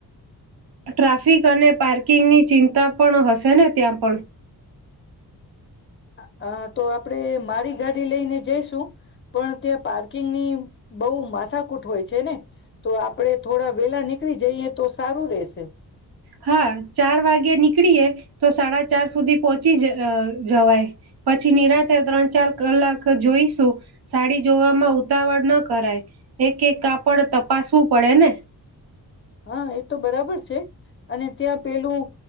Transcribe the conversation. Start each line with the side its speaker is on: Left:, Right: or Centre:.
Right: ટ્રાફિક અને પાર્કિંગની ચિંતા પણ હશેને ત્યાં પણ
Left: અ અ તો આપણે મારી ગાડી લઈને જઈશું. પણ ત્યાં પાર્કિંગની બહુ માથાકૂટ હોય છે ને. તો આપણે થોડા વેલા નીકળી જઈએ તો સારું રહેશે.
Right: હા ચાર વાગે નીકળીયે તો સાડા ચાર સુધી પોહોંચી જ અ જવાય. પછી નિરાંતે ત્રણ ચાર કલાક જોઈશું સાડી જોવામાં ઉતાવળ ન કરાય એક એક કાપડ તપાસવું પડે ને?
Left: હા એ તો બરાબર છે અને ત્યાં પેલું